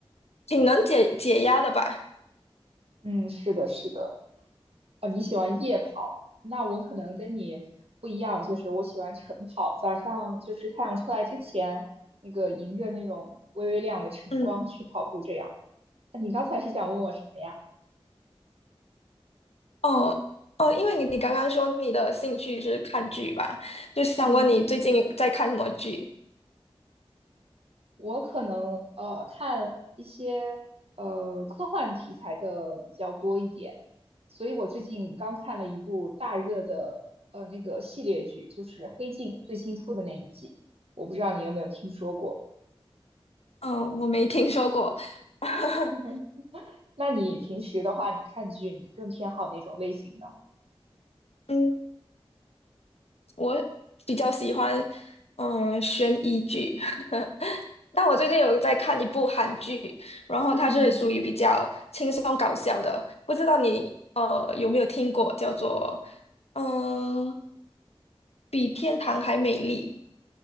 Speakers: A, on the left; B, on the right.
A: 挺能解解压的吧。
B: 嗯，是的，是的。哦，你喜欢夜跑，那我可能跟你不一样，就是我喜欢晨跑，早上就是太阳出来之前，那个迎着那种微微亮的晨光去跑步这样。
A: 嗯，
B: 那你刚才是想问我什么呀？
A: 哦哦，因为你你刚刚说你的兴趣是看剧吧，就想问你最近在看什么剧？
B: 嗯。我可能呃看一些呃科幻题材的比较多一点，所以我最近刚看了一部大热的呃那个系列剧，就是《黑镜》最新出的那一季，我不知道你有没有听说过。
A: 嗯，我没听说过。<laughs>
B: <laughs> 那你平时的话，你看剧你更偏好哪种类型呢？
A: 嗯。我比较喜欢嗯悬疑剧，<laughs> 但我最近有在看一部韩剧，然后它是属于比较轻松搞笑的，
B: 嗯
A: 不知道你呃有没有听过，叫做嗯、呃比天堂还美丽。